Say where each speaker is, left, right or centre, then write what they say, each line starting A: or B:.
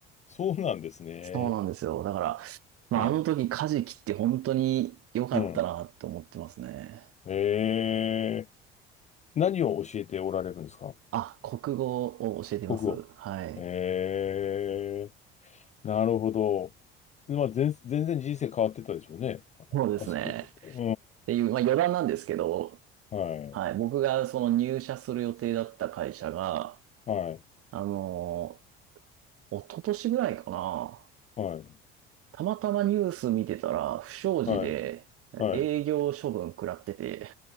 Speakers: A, on the left; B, on the right.
A: そうなんですね。
B: そうなんですよ。だから、まあ、
A: ええ。
B: あの時、カジキって本当に良かったなって思ってますね。
A: えええ何を教えておられるんですか
B: あ、国語を教えています。
A: 国語。
B: はい。
A: ええなるほど。まあ、全、全然人生変わってたでしょうね。
B: そうですね。
A: あそこで。う
B: っていう、まあ余談なんですけど、
A: ん。はい。
B: はい、僕がその入社する予定だった会社が、
A: はい。
B: あのー、一昨年ぐらいかな、
A: はい。
B: たまたまニュース見てたら、不祥事で営業処分食らってて、
A: はい。はい。